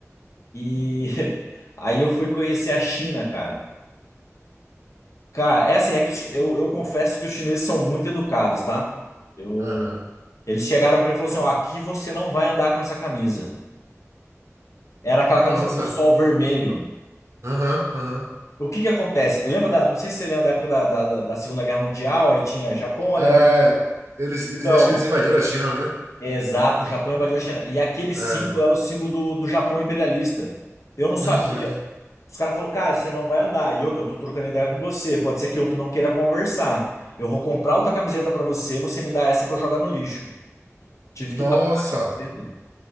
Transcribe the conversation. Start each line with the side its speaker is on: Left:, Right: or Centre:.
Left: E <laughs> aí eu fui conhecer a China, cara. Cara, é assim, é que os- eu, eu confesso que os chineses são muito educados, tá? Eu,
Right: aham.
Left: eles chegaram pra mim e falaram assim, ó, aqui você não vai andar com essa camisa. Era aquela
Right: Nossa.
Left: camiseta do Hum. sol vermelho.
Right: Aham, aham.
Left: O que que acontece? Lembra da, não sei se você lembra da época da, da, da da Segunda Guerra Mundial, aí tinha Japão, Alemanha.
Right: É, eles, eles,
Left: Então,
Right: acho que eles invadiram a China, não foi?
Left: é exato, o Japão invadiu a China. E aquele símbolo
Right: É.
Left: era o símbolo do, do Japão imperialista. Eu não sabia.
Right: Uhum.
Left: Os caras falaram, cara, você não vai andar. E outra, eu tô trocando ideia com você. Pode ser que outro não queira conversar. Eu vou comprar outra camiseta pra você, você me dá essa pra eu jogar no lixo. Tive
Right: Nossa,
Left: que dar pro cara a camiseta.